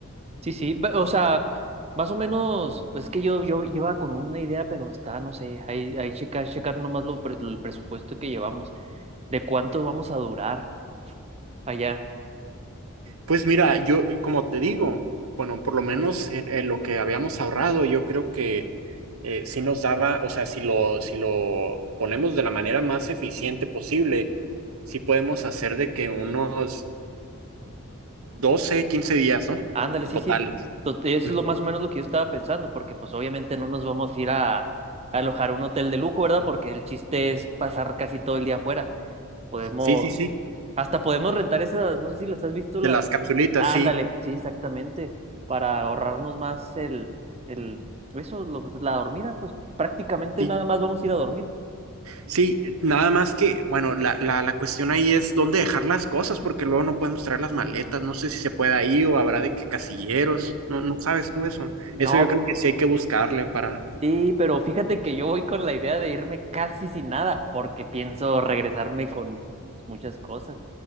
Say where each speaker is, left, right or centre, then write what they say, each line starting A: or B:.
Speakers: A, on the right (about 30°); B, on the right (about 80°).
A: sí, sí, ve- o sea, más o menos, es que yo, yo iba con una idea, pero está, no sé, ahí, ahí checar, checar nomás lo, pre- el presupuesto que llevamos, de cuánto vamos a durar allá.
B: Pues mira, yo, como te digo, bueno, por lo menos en, en lo que habíamos ahorrado, yo creo que eh, sí nos daba, o sea, si lo, si lo ponemos de la manera más eficiente posible, sí podemos hacer de que unos 12 15 días, ¿no?
A: Ándale, sí,
B: Totales.
A: sí, to- eso es
B: Mm.
A: lo más o menos lo que yo estaba pensando, porque pues obviamente no nos vamos a ir a, a alojar un hotel de lujo, ¿verdad? Porque el chiste es pasar casi todo el día afuera. Podemos,
B: Sí, sí, sí.
A: hasta podemos rentar esas, no sé si las has visto
B: De
A: la...
B: las capsulitas,
A: Ándale,
B: sí,
A: sí, exactamente, para ahorrarnos más el, el, eso, lo- la dormida, pues prácticamente
B: sí.
A: nada más vamos a ir a dormir.
B: Sí, nada más que, bueno, la, la, la cuestión ahí es dónde dejar las cosas, porque luego no podemos traer las maletas. No sé si se puede ahí o habrá de qué casilleros. No, no sabes tú eso.
A: No,
B: Eso yo creo que sí hay que buscarle para,
A: sí, pero fíjate que yo voy con la idea de irme casi sin nada, porque pienso regresarme con muchas cosas.